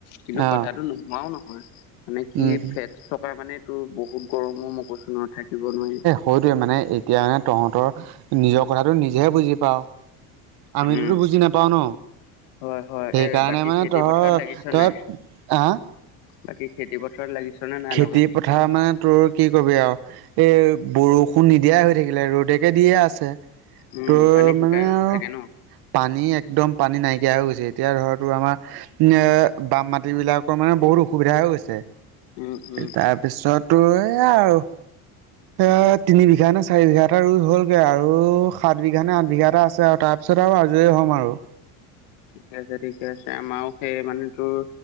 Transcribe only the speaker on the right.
অ
উম
হয়দে মানে এতিয়া মানে তহঁতৰ নিজৰ কথাটো নিজেহে বুজি পাওঁ। আমিতোতো
বুজি নাপাও ন।
সেইকাৰণে
মানে
তই,
তই
অহ
খেতি
প পথাৰ মানে তোৰ কি কবি আৰু? এই বৰষুণ নিদিয়াই হৈ থাকিলে, ৰ'দকে দিয়েই আছে।
তোৰ
মানে
আৰু
পানী একদম পানী নাইকিয়া হৈ গৈছে, এতিয়া ধৰ, তোৰ আমাৰ এ, বাম মাটি বিলাকৰ মানে বহুত অসুবিধা হৈ গৈছে।
তাৰপিছত তোৰ এইয়া আৰু এ তিনিবিঘা নে চাৰিবিঘা এটা ৰুই হ'লগে আৰু সাতবিঘা নে আঠবিঘা এটা আছে আ তাৰপিছত আৰু আজৰি হ'ম আৰু।